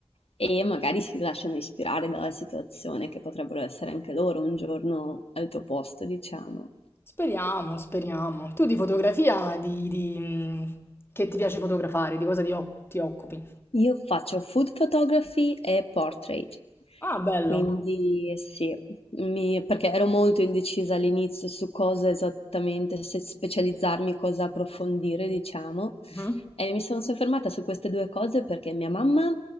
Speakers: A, on the left (about 75°); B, on the left (about 25°).
A: e magari si lasciano ispirare dalla situazione, che potrebbero essere anche loro un giorno al tuo posto, diciamo.
B: Speriamo, speriamo. Tu di fotografia, di, di, mm, che ti piace fotografare, di cosa ti, oc- ti occupi?
A: Io faccio food photography e portrait,
B: Ah, bello.
A: quindi sì, mi- perché ero molto indecisa all'inizio su cosa esattamente, se specializzarmi, cosa approfondire, diciamo,
B: Mhm.
A: e mi sono soffermata su queste due cose perché mia mamma